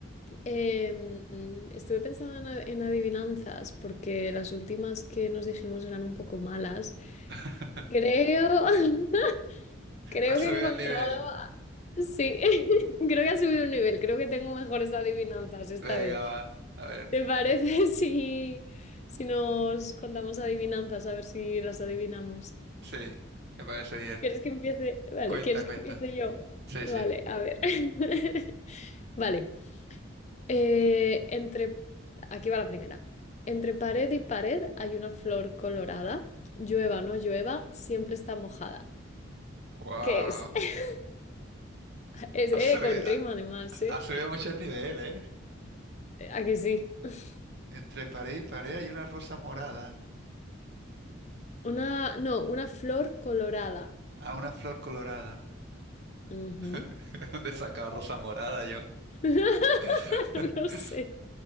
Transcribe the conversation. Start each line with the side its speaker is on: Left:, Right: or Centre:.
Left: Em, estuve pensando en, a- en adivinanzas porque las últimas que nos dijimos eran un poco malas.
Right: <laughs>
Left: Creo, <laughs> creo
Right: Ha subido
Left: que he encontrado,
Right: el nivel.
Left: sí, <laughs> creo que ha subido un nivel, creo que tengo mejores adivinanzas esta
Right: Venga,
Left: vez.
Right: va. A ver.
Left: ¿Te parece <laughs> si, si nos contamos adivinanzas, a ver si las adivinamos?
Right: Sí, me parece bien.
Left: ¿Quieres que empiece? Vale,
Right: Cuenta,
Left: ¿quieres
Right: cuenta.
Left: que empiece yo?
Right: Sí,
Left: Vale,
Right: sí.
Left: a ver. <laughs> Vale. Eh, entre, aquí va la primera. Entre pared y pared hay una flor colorada. Llueva o no llueva, siempre está mojada.
Right: Wow.
Left: ¿Qué es? <laughs> Es
Right: Ha
Left: eh,
Right: subido,
Left: con rima además, ¿eh?
Right: ha subido mucho el nivel, ¿eh?
Left: Eh, ¿A que sí? <laughs>
Right: Entre pared y pared hay una rosa morada.
Left: Una, no, una flor colorada.
Right: Ah, una flor colorada.
Left: Ujú.
Right: <laughs> ¿De dónde sacaba rosa morada yo?
Left: <laughs>
Right: <laughs>
Left: No lo sé.